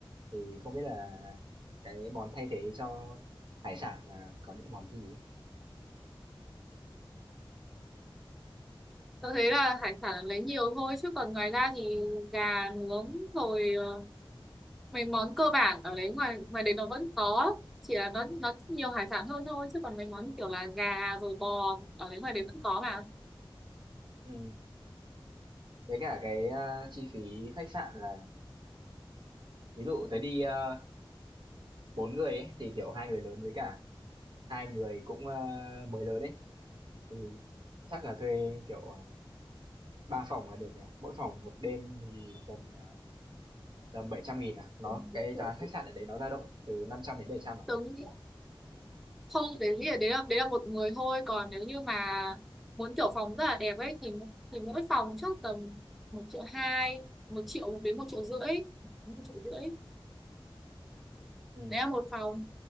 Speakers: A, on the right (about 60°); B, in the centre.
A: Thì không biết là cái món thay thế cho hải sản là có những món gì ấy?
B: tôi thấy là hải sản là lấy nhiều thôi chứ còn ngoài ra thì gà nướng rồi ờ, mấy món cơ bản ở đấy ngoài ngoài đấy nó vẫn có chỉ là nó nó nhiều hải sản hơn thôi chứ còn mấy món như kiểu là gà rồi bò ở đấy ngoài đấy vẫn có mà
A: Ừm, với cả cái, a, chi phí khách sạn là ví dụ tới đi, ơ, 4 người ấy, thì, kiểu, 2 người lớn với cả 2 người cũng, ơ, mới lớn ấy, thì chắc là thuê, kiểu, à, 3 phòng là được nhỉ? Mỗi phòng một đêm thì tầm, à, tầm 700.000 à? Nó
B: Cùng
A: cái
B: một triệu
A: giá khách
B: rưỡi.
A: sạn ở đấy nó dao động từ năm trăm đến bảy trăm à?
B: tớ nghĩ không đấy nghĩ là đấy là đấy là một người thôi còn nếu như mà muốn kiểu phòng rất là đẹp ấy thì thì mỗi phòng chắc tầm một triệu hai một triệu đến một triệu rưỡi một triệu rưỡi
A: Ừm,
B: đấy là một phòng